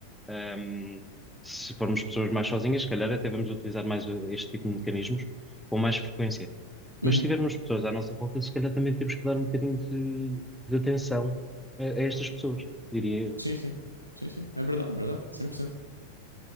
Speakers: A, in the centre; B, on the right.
A: Um, se formos pessoas mais sozinhas, se calhar até vamos utilizar mais uh, este tipo de mecanismos com mais frequência.
B: Uhum.
A: Mas se tivermos pessoas à nossa volta, se calhar também temos que dar um bocadinho de, de atenção a, a estas pessoas, diria eu.
B: Sim, sim. Sim, sim. É verdade, é verdade. 100%.